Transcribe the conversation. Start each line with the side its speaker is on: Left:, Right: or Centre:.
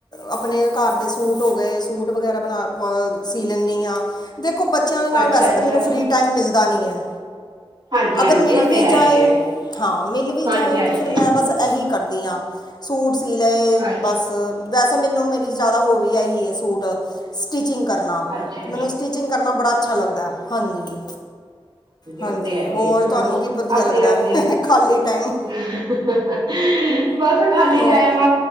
Left: ਆਪਣੇ ਘਰ ਦੇ ਸੂਟ ਹੋ ਗਏ ਸੂਟ ਵਗੈਰਾ ਬਣਾ ਅ ਸੀ ਲੈਂਨੀ ਹਾਂ। ਦੇਖੋ ਬੱਚਿਆਂ ਦੇ ਨਾਲ
Right: ਅੱਛਾ
Left: ਵੈਸੇ ਤਾਂ
Right: ਅੱਛਾ
Left: ਮੈਨੂੰ ਫਰੀ ਟਾਈਮ ਮਿਲਦਾ ਨਹੀਂ ਹੈ
Right: ਹਾਂਜੀ
Left: ਅਗਰ
Right: ਹਾਂਜੀ
Left: ਮਿਲ
Right: ਉਹ
Left: ਵੀ
Right: ਤੇ ਹੈ
Left: ਜਾਏ
Right: ਹੀ ਹੈ
Left: ਹਾਂ ਮਿਲ ਵੀ
Right: ਹਾਂਜੀ
Left: ਜਾਏ
Right: ਹਾਂਜੀ
Left: ਤੇ ਫੇਰ ਮੈਂ ਬਸ ਏਹੀ ਕਰਦੀ ਆਂ, ਸੂਟ ਸੀ ਲਏ
Right: ਅੱਛਾ
Left: ਬਸ ਵੈਸੇ ਮੈਨੂੰ ਮੇਰੀ ਜਿਆਦਾ ਹੋਵੀ ਐ ਹੀ ਐ, ਸੂਟ ਸਟਿਚ ਚਿੰਗ ਕਰਨਾ।
Right: ਅੱਛਾ
Left: ਮੈਨੂੰ ਸਟੀਚਿੰਗ ਕਰਨਾ ਬੜਾ ਅੱਛਾ ਲੱਗਦਾ ਐ। ਹਾਂਜੀ। ਹਾਂਜੀ
Right: ਉਹ ਤੇ ਹੈ
Left: ਹੋਰ
Right: ਹੀ ਹੈ ਚਲੋ
Left: ਤੁਆਨੂੰ ਕੀ ਵਧੀਆ
Right: ਆਪਣੇ
Left: ਲੱਗਦੈ,
Right: ਆਪਣੇ
Left: ਖਾਲੀ ਟਾਈਮ।
Right: ਬਸ ਖਾਲੀ
Left: ਉਹ
Right: ਟਾਈਮ